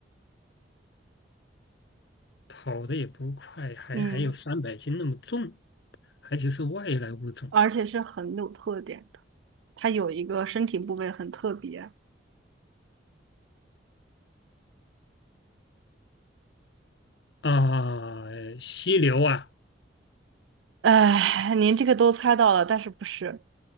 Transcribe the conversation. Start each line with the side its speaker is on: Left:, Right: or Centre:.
Left: 跑的也不快，还还有三百斤那么重，
Right: 嗯，
Left: 而且是外来物种
Right: 而且是很有特点的。它有一个身体部位很特别，
Left: 啊，犀牛啊，
Right: 哎，您这个都猜到了，但是不是？